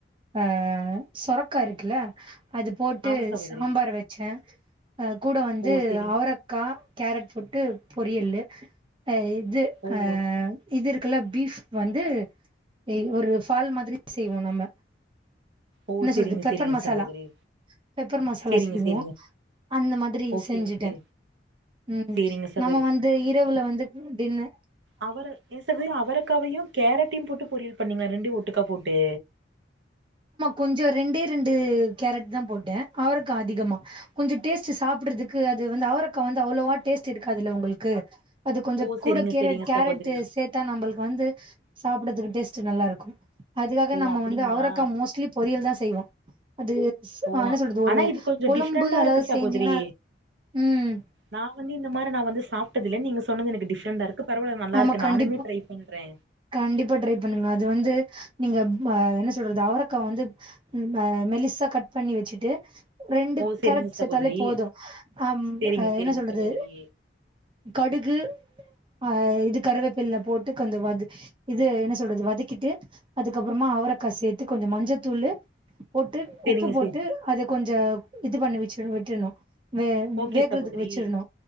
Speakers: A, on the right (about 25°); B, on the right (about 65°).
A: அ சொரக்கா இருக்குல. அது போட்டு
B: ஆமா சகோதரி
A: சாம்பார் வச்சே. அ கூட வந்து
B: ஓ சேரிங்க
A: அவரக்கா, கேரட் போ டு பொரியல்லு, அ இது
B: ஓ
A: ஆ இது இருக்குல, பீஃப் வந்து ஏ ஒரு ஃபால் மாதிரி செய்வோ நம்ம
B: ஓ
A: என்ன
B: செரிங்க,
A: சொல்றது பெப்பர்
B: செரிங்க
A: மசாலா
B: சகோதரி
A: பெப்பர் மசாலா
B: செரிங்க
A: செய்வோ
B: செரிங்க
A: அந்த மாதிரி
B: ஓகே
A: செஞ்சுட்டே
B: ஓகே
A: ம்
B: செரிங்க சகோதரி
A: நம்ம வந்து, இரவுல வந்து டின்னு
B: அவரு எ சில நேரோ அவருக்காவையு கேரட்டையு போட்டு பொரியல் பண்ணீங்கலா? ரெண்டையு ஒட்டுக்கா போட்டு.
A: கொஞ்சொ ரெண்டே ரெண்டு கேரட் தா போட்டே அவரக்கா அதிகமா, கொஞ்ச டேஸ்ட் சாப்புடுறதுக்கு அது வந்து, அவரக்கா வந்து, அவ்வளோவா டேஸ்ட் இருக்காதுல்ல உங்களுக்கு அது கொஞ்ச
B: ஓ செரிங்க
A: கூட கேரட்,
B: செரிங்க
A: கேரட்
B: சகோதரி
A: சேத்தா நம்பளுக்கு வந்து, சாப்புடதுக்கு டேஸ்ட்டு நல்லா இருக்கு அதுக்காக
B: ஓ
A: நம்ம
B: அப்டிங்களா
A: வந்து அவரக்கா மோஸ்ட்லி பொரியல் தா செய்வோ அது
B: ஓ
A: ஆ என்ன சொல்றது, ஒரு
B: ஆனா இது கொஞ்சோ
A: கொழும்பு
B: டிஃப்ரெண்டா
A: அதாவது
B: இருக்கு சகோதரி
A: செஞ்சீங்கன்னா. ம்
B: நா வந்து இந்த மாரி, நா வந்து சாப்ட்டதில்ல. நீங்க சொன்னது எனக்கு டிஃப்ரெண்டா இருக்கு. பரவால்ல நல்லா
A: ஆமா
B: இருக்கு
A: கண்டிப்பா,
B: நானுமே ட்ரை பண்றே
A: கண்டிப்பா ட்ரை பண்ணுங்க அது வந்து நீங்க ஆ என்ன சொல்றது, அவரக்கா வந்து, மா மெலிசா கட் பண்ணி வச்சுட்டு, ரெண்டு
B: ஓ செரிங்க
A: கேரக்ட் சேர்த்தாலே
B: சகோதரி
A: போது ஆம்
B: செரிங்க
A: ஆ
B: செரிங்க
A: என்ன சொல்றது,
B: சகோதரி
A: கடுகு ஆ இது கருவேப்பில்ல போட்டு கொஞ்ச வது, இது என்ன சொல்றது வதக்கிட்டு, அதுக்கப்புறமா அவரக் கா சேத்து, கொஞ்ச மஞ்சத்தூளு, போட்டு,
B: செரிங்க
A: உப்பு போட்டு,
B: செ
A: அத கொஞ்ச இது பண்ணி வச்சு விட்டுட்ணு வே
B: ஓகே
A: வேகுறதுக்கு
B: சகோதரி
A: வச்சிருணு